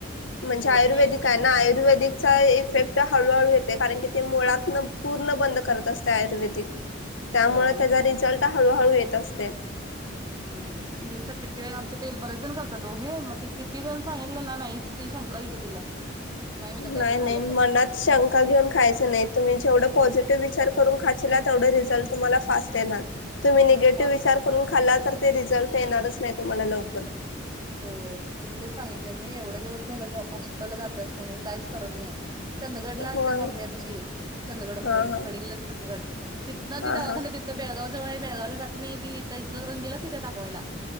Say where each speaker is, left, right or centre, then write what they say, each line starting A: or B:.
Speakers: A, on the left; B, on the right.
A: म्हणजे
B: घेत
A: आयुर्वेदिक
B: नाही
A: हाय ना आयुर्वेदिक इफेक्ट हळूहळू येते कारण की ते मुळातन
B: पण
A: पूर्ण बंद करत असते आयुर्वेदिक त्यामुळे
B: होय
A: त्याचा रिझल्ट हळूहळू येत असते.
B: हम् दिस किती वेळ आमचे तेल बरेच जण करतात ओ हे मग ते किती जण सांगितले ना नाहीच ते शंका येत्या तिला. माहिती काय
A: नाही
B: तर झालं
A: नाही
B: तर
A: मनात शंका घेऊन खायच नाही तुम्ही जेवढ पॉझि टिव्ह विचार करून खाची ला तेवढ रिझल्ट तुम्हाला फास्ट येणार. तुम्ही निगेटिव्ह
B: फास्ट
A: विचार
B: येणार
A: करून खाल्ला तर ते रिझल्ट येणारच नाही तुम्हाला लवकर.
B: होय तिला ते सांगितले मी एवढ्या दिवस झालं जा हॉस्पिटलला जातेस क नये काहीच फरक नाही. चंदगडला
A: होय
B: असल्या मम्मी आमची चंदगडमध्ये
A: हा हा
B: गडिंगलज चंदगड. तिथं
A: हा
B: ती दवाखान्यात
A: हा
B: तिथं बेळगावजवळ हाय बेळगावला जात नाही ती इथं इंचलकरजीला येत्या दाखवायला.